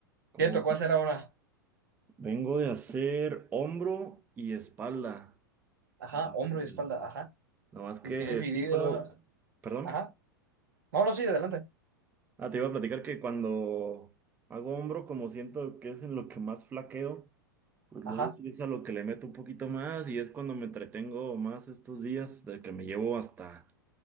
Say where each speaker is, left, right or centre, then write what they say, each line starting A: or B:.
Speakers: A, on the right; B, on the right.
A: ¿Cómo
B: ¿Qué te tocó
A: ves?
B: hacer ahora?
A: Vengo de hacer hombro y espalda,
B: Ajá.
A: y
B: Hombro y espalda. Ajá.
A: nomás que
B: ¿Lo tienes dividido?
A: sí, con lo- perdón.
B: Ajá. No, no, sí, adelante.
A: Ah, te iba a platicar que cuando hago hombro, como siento que es en lo que más flaqueo, Pues luego
B: Ajá.
A: sí es a lo que le meto un poquito más y es cuando me entretengo más estos días, de que me llevo hasta